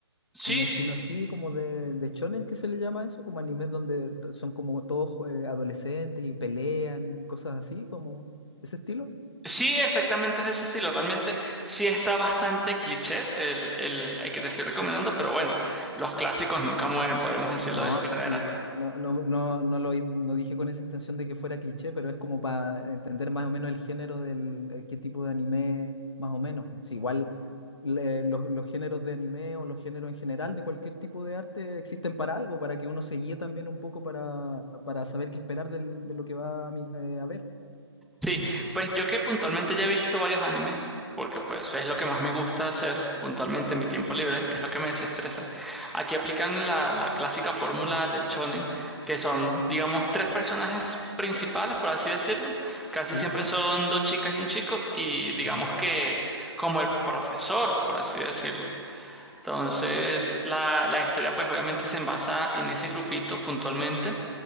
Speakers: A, in the centre; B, on the left (about 80°).
A: sí,
B: un estilo
A: s-
B: así, como de, de shonen que se le llama eso, como animes donde to- son como todos eh, adolescentes y pelean, cosas así, como ese estilo.
A: sí, exactamente es de ese estilo. Realmente sí está bastante cliché el, el el que te estoy recomendando, pero bueno, los clásicos nunca mueren, podremos decirlo
B: No,
A: de esa
B: no,
A: manera.
B: sí, no, no, no, no lo, hi- no dije con esa intención de que fuera cliché, pero es como para entender más o menos el género del, eh, qué tipo de anime, más o menos. Sí, igual. le- los, los géneros de anime o los géneros en general de cualquier tipo de arte existen para algo, para que uno se guíe también un poco para, para saber qué esperar del- de lo que va a, mi- eh, a ver.
A: Sí, pues yo que puntualmente ya he visto varios animes, porque pues es lo que más me gusta hacer puntualmente en mi tiempo libre, es lo que me desestresa. Aquí aplican la, la clásica fórmula del shonen, que son, digamos, tres personajes principales, por así decirlo. Casi
B: Sí,
A: siempre
B: sí.
A: son dos chicas y un chico, y digamos
B: Ujú.
A: que como el profesor, por así decirlo. Entonces, la, la historia pues obviamente se envasa en ese grupito puntualmente